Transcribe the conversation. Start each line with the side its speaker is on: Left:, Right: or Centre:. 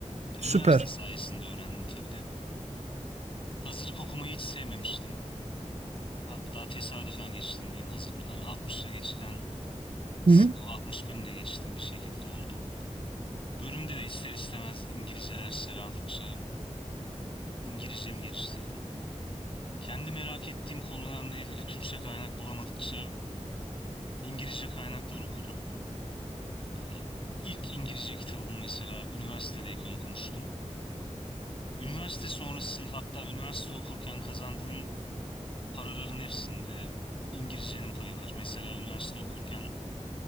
Left: Üniversite
Right: Süper.
Left: sayesinde öğrendim tabii de. Hazırlık okumayı hiç sevmemiştim. Hatta tesadüfen geçtim diyeyim hazırlığı. Yani 60'la geçiren sınavı
Right: Hı hı.
Left: 60 binle geçtim bir şekilde oldu. Bölümde de ister istemez İngilizce dersler aldıkça İngilizcemi geliştirdim. Kendi merak ettiğim konularla ilgili Türkçe kaynak bulamadıkça İngilizce kaynaklar okudum. Hani ilk İngilizce kitabımı mesela üniversitedeyken okumuştum. Üniversite sonrası hatta üniversite okurken kazandığım paraların hepsinde İngilizcenin payı var. Mesela üniversite okurken